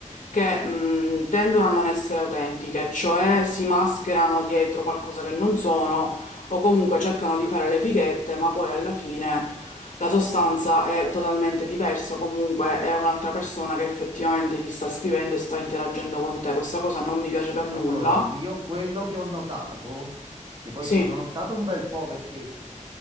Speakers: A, on the left; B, on the right.
A: che mh, tendono a non essere autentiche, cioè si mascherano dietro qualcosa che non sono o comunque cercano di fare le fighette, ma poi alla fine la sostanza è totalmente diversa, o comunque è un'altra persona che effettivamente ti sta scrivendo e sta interagendo con te. Questa cosa non mi piace per
B: Allora,
A: nulla.
B: io quello che ho notato, che poi
A: Sì,
B: ci sono stato un bel po' perché.